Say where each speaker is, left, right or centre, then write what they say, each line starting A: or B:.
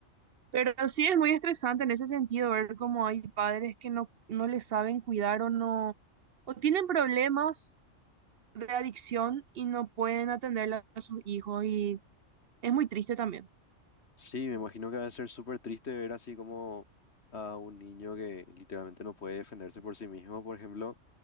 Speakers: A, on the right; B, on the left.
A: Pero sí es muy estresante en ese sentido ver cómo hay padres que no, no les saben cuidar o no, o tienen problemas de adicción y no pueden atenderle a sus hijos y Es muy triste también.
B: Sí, me imagino que va a ser súper triste ver así como a un niño que literalmente no puede defenderse por sí mismo, por ejemplo,